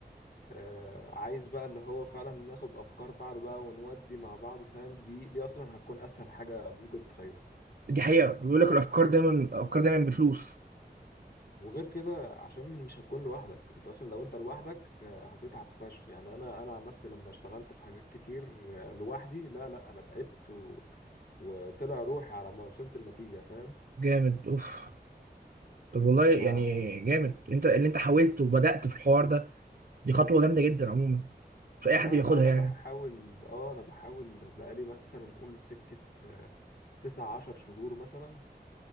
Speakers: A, on the left; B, on the right.
A: آه، عايز بقى اللي هو فعلا ناخد افكار بعض بقى ونودي مع بعض فاهم دي دي اصلا هتكون اسهل حاجه ممكن تخيلك
B: دي حقيقه بيقول لك الافكار دايما الافكار دايما بفلوس
A: وغير كده عشان مش هتكون لوحدك انت اصلا لو انت لوحدك آه، هتتعب فشخ يعني انا انا عن نفسي لما اشتغلت في حاجات كتير آه، لوحدي لا لا انا تعبت و... وطلع روحي على ما وصلت النتيجه فاهم
B: جامد اوف طب والله
A: ف
B: يعني جامد انت اللي انت حاولت وبدات في الحوار ده دي خطوه جامده جدا عموما مش اي
A: لا
B: حد بياخدها
A: لا انا
B: يعني
A: بحاول اه انا بحاول بقالي مثلا قول سكه آه، تسعة عشر شهور مثلا